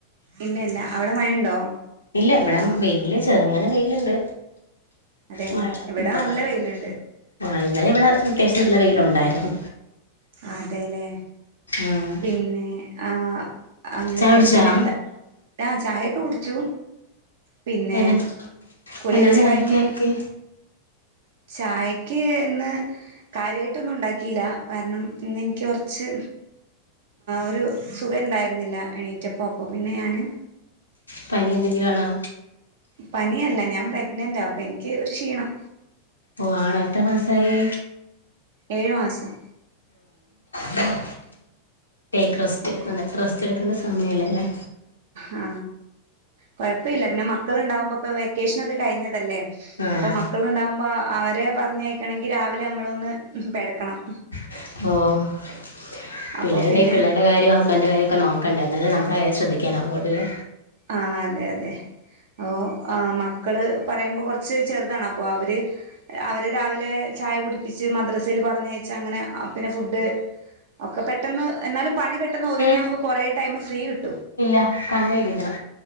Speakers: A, on the right; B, on the left.
A: ഇല്ല ഇല്ല അവിടെ മയ ഉണ്ടോ?
B: ഇല്ല, ഇവിട വെയില് ചെറുങ്ങനെ വെയില്ണ്ട്.
A: അതെ
B: മഴ
A: ഇവിടെ
B: ഇപ്പമഴ
A: നല്ല വെയില്ണ്ട്
B: ആ ഇന്നലെ ഇവിടെ <unintelligible> വെയിലുണ്ടായിരുന്നു.
A: അതേല്ലേ
B: ആഹ്
A: പിന്നെ ആ അങ്ങനെയൊക്കെ
B: ചായ കുടിച്ചാ
A: പിന്നെ എന്താ, ആ ചായയൊക്കെ കുടിച്ചു പിന്നെ
B: എന്നാ
A: കുളിയൊക്കെ
B: എന്നാ ചായക്കാക്കി
A: കഴിഞ്ഞ് ചായക്ക് ഇന്ന് കാര്യമായിട്ടൊന്നും ഉണ്ടാക്കിയില്ല കാരണം ഇന്ന്െനിക്ക് കുറച്ച് ഒരു സുഖം ഇണ്ടായിരുന്നില്ല എണീറ്റപ്പ അപ്പൊ പിന്നെ ഞാന്
B: പനി എന്തെങ്കിലും ആണോ
A: പനിയല്ല ഞാൻ പ്രഗ്നന്റാപ്പൊ എനിക്ക് ഒരു ക്ഷീണം
B: ഓ ആണോ എത്ര മാസായി
A: ഏഴ് മാസം
B: <unintelligible> ടേക്ക് റസ്റ്റ്
A: അപ്പോൾ
B: റസ്റ്റ് <unintelligible> സമയല്ലേ അല്ലേ
A: ആ കുഴപ്പമില്ല പിന്നെ മക്കളുണ്ടാാവുമ്പോ ഇപ്പൊ വെക്കേഷൻൊക്കെ കഴിഞ്ഞതല്ലേ
B: ആഹ്
A: അപ്പൊ മക്കളുണ്ടാവുമ്പോ ആാ അവരെ പറഞ്ഞയക്കണങ്കി രാവിലെ നമ്മളൊന്ന് പെടക്കണം
B: <unintelligible> പിള്ളേരുണ്ടെങ്കിൽ
A: അപ്പൊ പിന്നെ
B: പിള്ളരുടെ കാര്യോ ഹസ്ബൻഡന്റെ കാര്യ ഒക്കെ നോക്കണ്ട എന്നാലും നമ്മള കാര്യ ശ്രധിക്കൻാവൊള്ളൂ ലെ
A: ആ അതെ അതെ ഓ ആ മക്കള് പറയുമ്പോ കുറച്ച് ചെറുതാണ് അപ്പൊ അവര് അവര് രാവിലെ ചായ കുടിപ്പിച്ച് മദ്രസൽ പറഞ്ഞയച്ചാ അങ്ങനെ പിന്നെ ഫുഡ് ഒക്കെ പെട്ടെന്ന് എന്നാലും പണി പെട്ടെന്ന് ഒതുങ്ങാ
B: ഏ
A: നമുക്ക് കുറെേ ടൈം ഫ്രീ കി
B: ഇല്ല <unintelligible>